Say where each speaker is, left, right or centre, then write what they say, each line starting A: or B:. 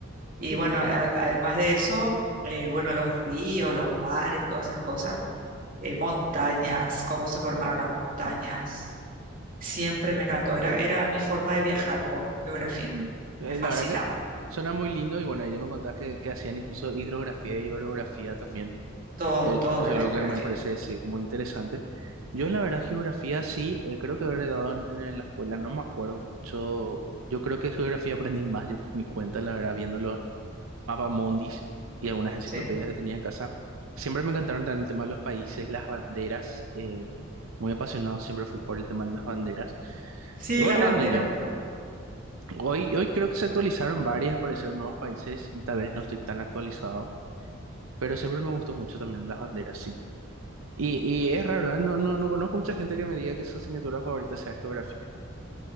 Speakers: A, on the right (about 40°); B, on the right (about 80°).
A: Y
B: Qué
A: bueno,
B: lindo.
A: a- además de eso, eh, bueno, los ríos, los mares, todas esas cosas, eh, montañas, cómo se formaron las montañas Siempre me encantó. Era, era mi forma de viajar con geografía.
B: Mm. Eh,
A: Me fascinaba.
B: La verdad que suena muy lindo y bueno, ya me contás que, que hacían incluso hidrografía y orografía también.
A: Todo,
B: El,
A: todo
B: eso
A: era
B: es lo
A: geografía.
B: que me parece sí, muy interesante. Yo la verdad geografía sí, eh, creo que haber dado en, en la escuela, no me acuerdo mucho. Yo creo que geografía aprendí más yo por mi cuenta, la verdad, viendo mundis y algunas enciclopedias
A: Sí.
B: que tenía en casa. Siempre me encantaron también el tema de los países, las banderas. eh, muy apasionado siempre fui por el tema de las banderas.
A: Sí,
B: Y cuando
A: las banderas
B: era niño,
A: me encantan.
B: hoy, hoy creo que se actualizaron varias, aparecieron nuevos países y tal vez no estoy tan actualizado, pero siempre me gustó mucho también las banderas, sí. Y, y es raro, ¿eh? No, no, no conozco mucha gente que me diga que su asignatura favorita sea geografía.